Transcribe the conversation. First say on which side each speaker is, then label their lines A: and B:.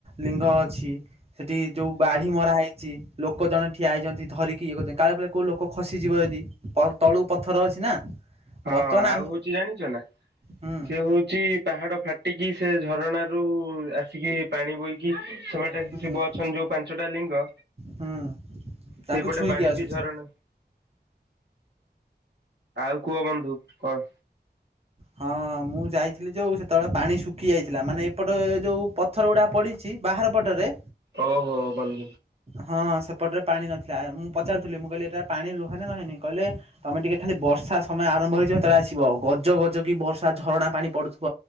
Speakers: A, on the right; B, on the right.
A: ଲିଙ୍ଗ ଅଛି। ସେଠି ଯୋଉ ବାଢି
B: ଆଉ
A: ମରା ହେଇଛି। ଲୋକ ଜଣେ ଠିଆ ହେଇଛନ୍ତି। ଧରିକି ଇଏ କରି କାଳେ କିଲଳେ କୋଉ ଲୋକ ଖସିଯିବ ଯଦି ତଳୁ ପଥର ଅଛି ନା।
B: ହଁ
A: ବର୍ତ୍ତମାନ
B: ଆଉ
A: ଆମେ
B: ହଉଛି ଜାଣିଛ ନା
A: ହୁଁ
B: ସେ ହଉଛି ପାହାଡ ଫାଟିକି ସେ ଝରଣାରୁୁ ଆସିକି ପାଣି ବହିକି ସେପଟେ
A: ହୁଁ
B: ଶିବ ଅନ ଯୋଉ ପାଞ୍ଚଟା ଲିଙ୍ଗ
A: ହୁଁ ତାଙ୍କୁ
B: ସେଇପଟେ
A: ଛୁଇଁକି
B: ପାଣି
A: ଆସୁଛି।
B: ବି ଝରଣ ଆଉ କୁହ ବନ୍ଧୁ କଣ?
A: ହଁ ମୁଁ ଯାଇଥିଲି ଯୋଉ ସେତେବେଳେ ପାଣି ଶୁଖି ଯାଇଥିଲା ମାନେ ଏପଟ ଯୋଉ ପଥର ଗୁଡା ପଡିଛି ବାହାର ପଟରେ
B: ଓ ହୋ ଭଲ।
A: ହଁ ସେପଟରେ ପାଣି ନଥିଲା ମୁଁ ପଚାରୁଥିଲି ମୁଁ କହିଲି ଏଟା ପାଣି ରୁହାନି ନହେନି କହିଲେ ତମେ ଟିକେ ଖାଲି ବର୍ଷା ସମୟ ଆରମ୍ଭ ହେଇଥିବ ସେତେବେଳେ ଆସିବ ଗଜ ଗଜ କି ବର୍ଷା ଝରଣା ପାଣି ପଡୁଥିବ